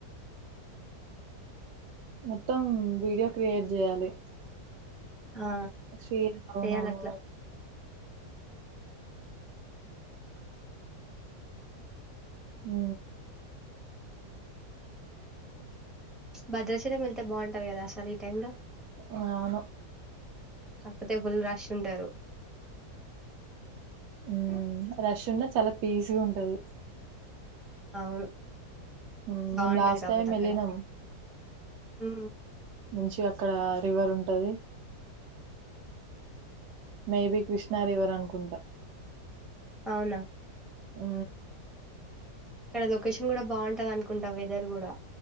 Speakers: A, on the right; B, in the centre.
A: మొత్తం వీడియో క్రియేట్ చేయాలి.
B: ఆ
A: శ్రీరామనవమి
B: చేయాలట్లాల
A: ఉ
B: భద్రాచలం వెళ్తే బావుంటది కదా సార్ ఈ టై లో
A: అవును
B: కాకపోతే ఫుల్ రష్ ఉంటారు.
A: ఉ రష్ ఉన్న చాలా పీస్గా ఉంటది.
B: అవును
A: హ్మ్
B: బావుంటది
A: మేము లాస్ట్
B: కాపోతే
A: టైం
B: అక్కడ
A: ఎళ్ళినాం.
B: ఉ
A: మంచి అక్కడ రివర్ ఉంటది. మేబి కృష్ణ రివర్ అనుకుంటా
B: అవునా
A: ఊ
B: ఇక్కడ లొకేషన్ కూడా బావుంటది అనుకుంటాం. వెదర్ కూడా